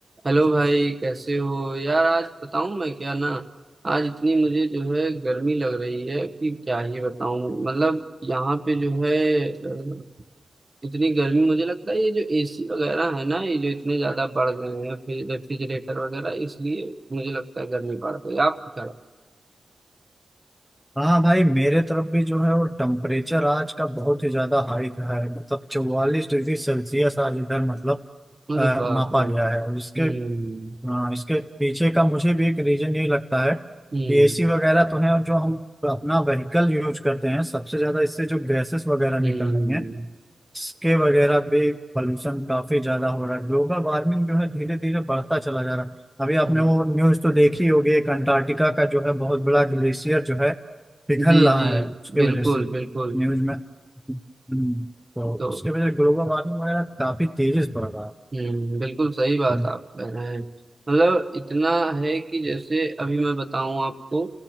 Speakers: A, on the right (about 25°); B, in the centre.
A: Hello भाई कैसे हो यार आज बताऊं मैं क्या ना आज इतनी मुझे जो है गर्मी लग रही है कि क्या ही बताऊं मतलब यहाँ पे जो है अ, इतनी गर्मी मुझे लगता है ये जो एसी वगैरह है ना ये जो इतने ज्यादा बढ़ गए हैं फिर रेफ्रिजरेटर वगैरह इसलिए मुझे लगता है गर्मी बढ़ गई आप क्या
B: हाँ भाई मेरे तरफ भी जो है वो टेम्परेचर आज का बहुत ही ज्यादा हाई रहा है मतलब चौवालीस डिग्री सेल्सियस आज इधर मतलब
A: लगता
B: अ,
A: है? अरे बाप
B: मापा
A: रे
B: गया
A: हम्म
B: है और इसके अ, इसके पीछे का मुझे भी एक रीजन यही लगता है
A: हम्म
B: कि एसी वगैरह तो है और जो हम अपना व्हीकल यूज करते हैं सबसे ज्यादा इससे जो गैसेस वगैरह निकल
A: हम्म
B: रही हैं इसके वगैरह पे पॉल्यूशन काफी ज्यादा हो रहा है ग्लोबल वार्मिंग जो है धीरे धीरे बढ़ता चला जा रहा है अभी आपने
A: हम्म।
B: वो न्यूज तो देखी होगी एक अंटार्कटिका का जो है बहुत बड़ा ग्लेशियर जो है पिघल
A: जी
B: रहा
A: जी
B: है उसके
A: बिल्कुल
B: वजह से न्यूज
A: बिल्कुल
B: में हम्म, तो
A: तो
B: उसके वजह से ग्लोबल वार्मिंग वगैरह काफी तेजी से बढ़ रहा
A: हम्म बिल्कुल सही बात
B: है
A: आप कह रहे हैं मतलब इतना है कि जैसे अभी मैं बताऊं आपको